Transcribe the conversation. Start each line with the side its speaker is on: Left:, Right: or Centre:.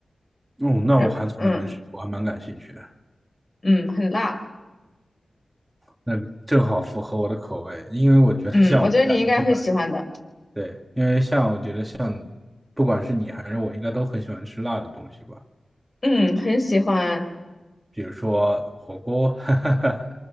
Right: 哦，那我还从来没吃过，
Left: 然，嗯
Right: 我还蛮感兴趣的。
Left: 嗯，很辣。
Right: 那个正好符合我的口味，因为我觉得像我们两个地方
Left: 嗯，我觉得你应该会喜欢的。
Right: 对，因为像我觉得像不管是你还是我，应该都很喜欢吃辣的东西吧，
Left: 嗯，很喜欢。
Right: 比如说火锅，<laughs> 哈哈哈，